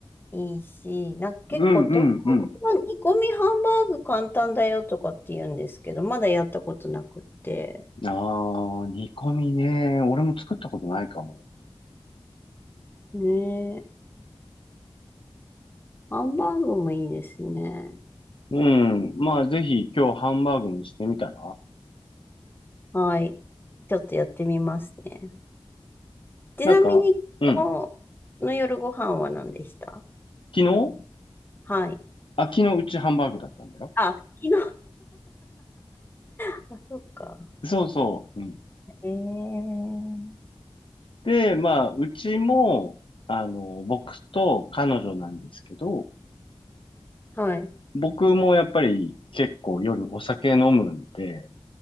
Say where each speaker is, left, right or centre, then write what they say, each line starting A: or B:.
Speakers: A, on the left; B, on the left.
A: いいし、なんか結構東京の煮込みハンバーグ簡単だよとかって言うんですけど、
B: うん、うん、うん。
A: まだやったことなくって。
B: ああ、煮込みね。俺も作ったことないかも。
A: ねえ、ハンバーグもいいですね。
B: うん。まあ、ぜひ今日ハンバーグにしてみたら
A: はい。ちょっとやってみますね。ちなみに、
B: なんか、うん。
A: 今日の夜ご飯は何でした
B: 昨日
A: はい。
B: あ、昨日うちハンバーグだったんだよ。
A: あ、昨日、<laughs> そっか。
B: そうそう。うん。
A: えー、
B: で、まあ、うちも、あの、僕と彼女なんですけど、
A: はい。
B: 僕もやっぱり結構夜お酒飲むんで、